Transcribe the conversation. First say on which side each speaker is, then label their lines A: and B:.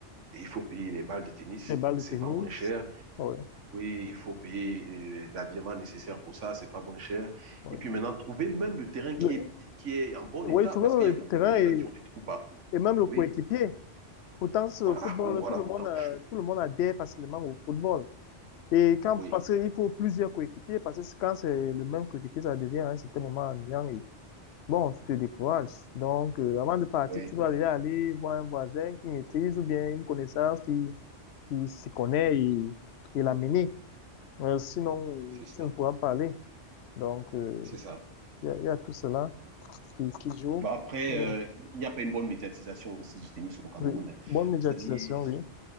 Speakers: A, on the right; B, on the left.
A: Et il faut payer les balles de tennis,
B: Les balles de
A: c'est
B: tennis,
A: pas moins cher.
B: oui,
A: Oui, il faut payer euh, l'habillement nécessaire pour ça, c'est pas moins cher.
B: oui.
A: Et puis maintenant, trouver même le terrain qui
B: Le-
A: est, qui est en bon
B: oui,
A: état,
B: tu
A: parce
B: vois,
A: qu'il y
B: le
A: a beaucoup
B: terrain
A: de terrains
B: et,
A: là qui ont des trous partout.
B: et même le
A: Oui,
B: coéquipier. Pourtant, c'est au
A: Voilà,
B: football,
A: ou voilà,
B: tout le monde,
A: autant
B: euh,
A: de choses.
B: tout le monde adhère facilement au football. Et quand,
A: Oui,
B: parce qu'il faut plusieurs coéquipiers, parce que quand c'est le même coéquipier, ça devient à un certain moment ennuyant et bon, tu te décourages. Donc, euh, avant de partir,
A: oui,
B: tu dois déjà aller voir un voisin qui maîtrise ou bien une connaissance qui, qui s'y connaît et, et l'amener. Euh, sinon,
A: c'est ça,
B: tu ne pourras pas aller. Donc, euh,
A: c'est ça.
B: il y a, il y a tout cela qui, qui joue.
A: Bon, après,
B: Il y
A: euh,
B: a-
A: il n'y a pas une bonne médiatisation aussi du tennis au Cameroun.
B: oui.
A: hein.
B: Bonne médiatisation,
A: C'est-à-dire,
B: oui.